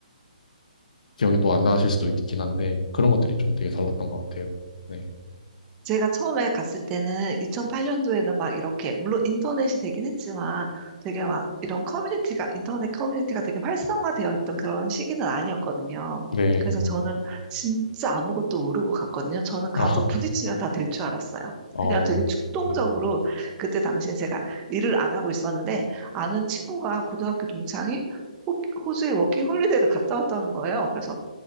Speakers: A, on the left (about 70°); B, on the right (about 20°).
A: 기억이 또 안 나실 수도 있긴 한데 그런 것들이 좀 되게 달랐던 것 같아요. 네.
B: 제가 처음에 갔을 때는 2008년도에는 막 이렇게, 물론 인터넷이 되긴 했지만 되게 막 이런 커뮤니티가, 인터넷 커뮤니티가 되게 활성화되어 있던 그런 시기는 아니었거든요.
A: 네.
B: 그래서 저는 진짜 아무것도 모르고 갔거든요. 저는 가서
A: 아,
B: 부딪히면 다 될 줄 알았어요.
A: 어,
B: 그냥 되게 충동적으로
A: 네.
B: 그때 당시에 제가 일을 안 하고 있었는데 아는 친구가 고등학교 동창이 호- 호주에 워킹 홀리데이를 갔다 왔다는 거예요. 그래서